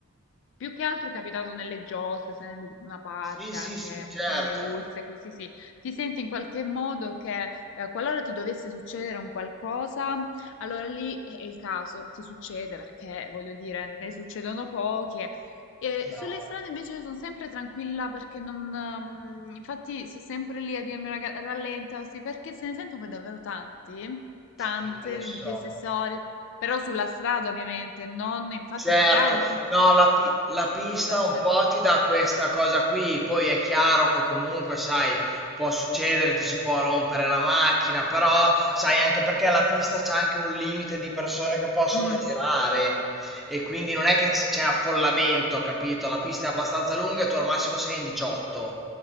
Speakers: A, on the left (about 60°); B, in the centre.
A: più che altro è capitato nelle giostre, se in una parca,
B: sì, sì,
A: anche
B: sì, certo.
A: montagne russe, così sì. Ti senti in qualche modo che eh, qualora ti dovesse succedere un qualcosa, allora lì è è il caso, ti succede perché voglio dire, ne succedono pochi. E, e
B: Chiaro,
A: sulle strade invece sono sempre tranquilla perché non... ehm, infatti sono sempre lì a dirmi raga, rallenta, sì, perché se ne sento poi davvero tanti, tante
B: eh, lo so.
A: di queste storie, però sulla strada ovviamente, non infatti
B: Certo,
A: magari tutti
B: no, la, pi- la pista
A: portassero...
B: un po' ti dà questa cosa qui, poi è chiaro che comunque, sai, può succedere, ti si può rompere la macchina, però sai anche perché la pista c'è anche un limite di persone che possono
A: Mm,
B: girare e quindi non è che c- c'è affollamento, capito? La pista è abbastanza lunga e tu al massimo sei in 18.